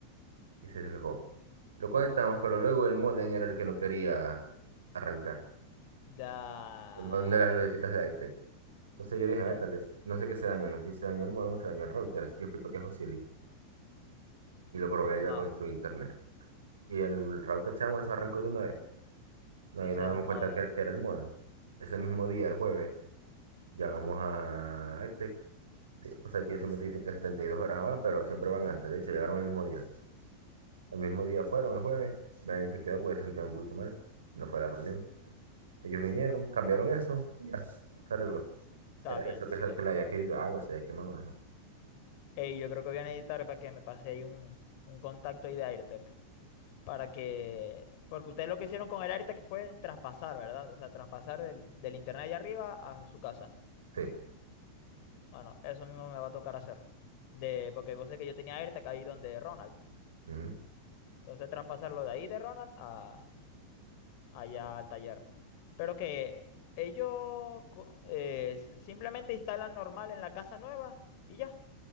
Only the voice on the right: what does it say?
y se secó. Lo conectamos, pero luego el modem era el que no quería arrancar.
El modem de las lucecitas de aire Entonces yo dije, métales,
no sé qué se dañó, no sé si se dañó el modem, se dañó el router, así que fui para que Josili y lo probé
allá con su internet. Y el router, chamo, eso arrancó de una vez. Ahí
nos
damos
cuenta que, que era el modem. Ese mismo día, el jueves, llamamos a Airtec. de- O sea, que ellos siempre te dicen que 72 horas van, pero siempre van antes. De hecho, llegaron el mismo día. El mismo día fueron, el jueves. Me verificado porque se sentía un poquito mal. No fue a la reunión. Ellos vinieron,
cambiaron eso y ya, se arregló.
Era
eso,
que, se-
que le había caído agua, se había quemado, no sé.
Sí.
ujú.